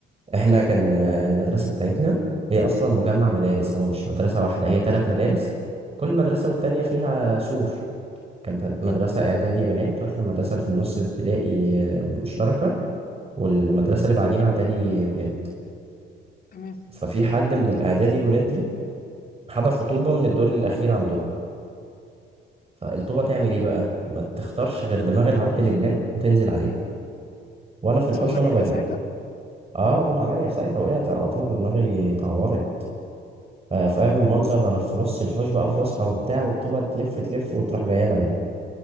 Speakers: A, on the right (about 30°); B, on the left (about 50°).
A: إحنا كان آه، المدرسة بتاعتنا هي أصلا مجمع مدارس هو مش مدرسة واحدة هي تلات مدارس كل مدرسة والتانية فيها سور كان ب-
B: مم.
A: مدرسة إعدادي بنات وإحنا المدرسة اللي في النص ابتدائي آه، مشتركة والمدرسة اللي بعدين إعدادي ولاد
B: تمام
A: ففي حد من الإعدادي الولاد دي حذفوا طوبة من الدور الأخير عندهم فالطوبة تعمل إيه بقى؟ ما تختارش غير دماغ العبد لله وتنزل
B: <laughs>
A: عليه وأنا في الحوش
B: حصل لك
A: وأنا
B: حاجة
A: بجري
B: ساعتها؟
A: أه أغمى عليا في ساعتها وقعت على طول ودماغي اتعورت آه، فاهم المنظر وأنا في نص الحوش بقى وفسحة وبتاع والطوبة تلف تلف وتروح جاية لنا